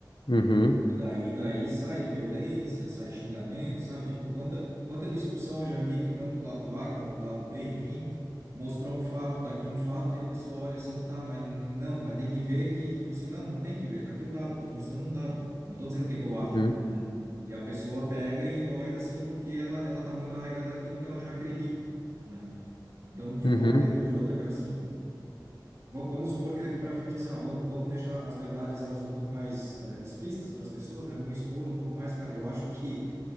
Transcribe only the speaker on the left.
uhum,
uhum,
uhum,